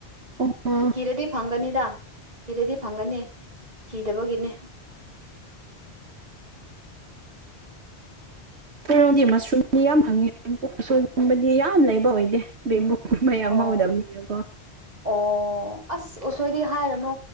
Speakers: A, on the right; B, on the right.
A: ꯑꯣ
B: ꯊꯤꯔꯗꯤ ꯐꯪꯒꯅꯤꯗ ꯊꯤꯔꯗꯤ ꯐꯪꯒꯅꯤ ꯊꯤꯗꯕꯒꯤꯅꯤ꯫ <inaudible>
A: ꯔꯣꯗꯤ ꯃꯁꯔꯨꯝꯗꯤ ꯌꯥꯝ ꯐꯪꯉꯤ ꯑꯁꯣꯏꯒꯨꯝꯕꯗꯤ ꯌꯥꯝ ꯂꯩꯕ ꯑꯣꯏꯗꯦ ꯕꯦꯝꯕꯨ ꯃꯌꯥꯝ
B: ꯑꯣ
A: ꯍꯧꯒꯗꯕꯅꯤꯅꯀꯣ
B: ꯑꯣ ꯑꯁ ꯎꯁꯣꯏꯗꯤ ꯍꯥꯏꯔꯅꯨ